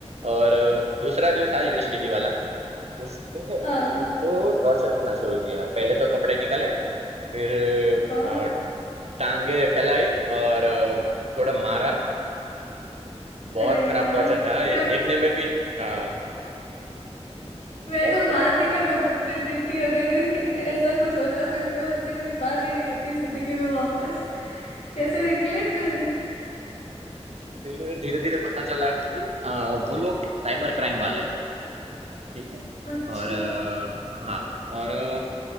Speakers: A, on the right; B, on the left.
A: और अ, दूसरा जो था यूएसडीडी वाला उसके <laughs>
B: हाँ हाँ
A: उसको टॉर्चर करना शुरू किया पहले तो कपड़े निकाले फिर
B: बाप
A: अ, टांगे फैलाई और अ, थोड़ा मारा बहुत
B: अरे
A: खराब
B: यार
A: टॉर्चर था
B: फिर
A: ये
B: अब
A: देखने में भी अ,
B: मैं
A: बहुत
B: तो
A: खराब
B: बात ही करना बंद कर देती अगर <laughs> ऐसा कुछ होता फिर मैं उनसे कभी बात ही नहीं करती जिंदगी में वापस कैसे निकले फिर
A: फिर धीरे धीरे पता चला कि अ, वो लोग साइबर क्राइम वाले हैं ठीक है
B: अच्छा
A: और अ, हाँ और अ,